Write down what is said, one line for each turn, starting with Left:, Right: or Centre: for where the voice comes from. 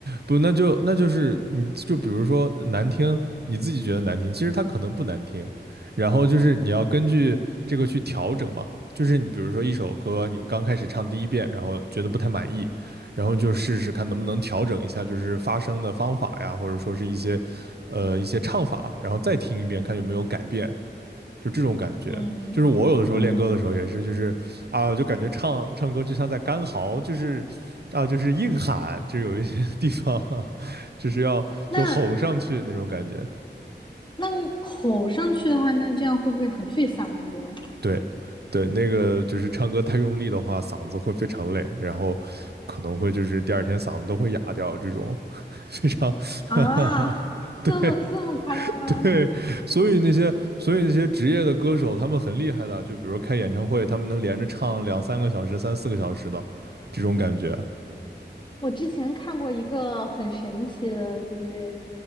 Right: 不，那就那就是你就比如说难听，你自己觉得难听，其实它可能不难听，然后就是你要根据这个去调整嘛。就是你比如说一首歌，你刚开始唱第一遍，然后觉得不太满意，然后就试试看能不能调整一下，就是发声的方法呀，或者说是一些呃一些唱法，然后再听一遍，看有没有改变。就这种感觉，
Left: <laughs> 嗯嗯，
Right: 就是我有的时候练歌的时候也是，就是啊，就感觉唱唱歌就像在干嚎，就是啊，就是硬喊，就有一些地方 <laughs> 就是要就吼上去那种感觉。
Left: 那那吼上去的话，那这样会不会很费嗓子呀？
Right: 对，对，那个就是唱歌太用力的话，嗓子会非常累，然后可能会就是第二天嗓子都会哑掉，这种非常
Left: 啊，
Right: <laughs> 对，
Left: 这么这么夸张吗？
Right: 对，所以那些所以那些职业的歌手，他们很厉害的，就比如开演唱会，他们能连着唱两三个小时、三四个小时的这种感觉。
Left: 我之前看过一个很神奇的，就是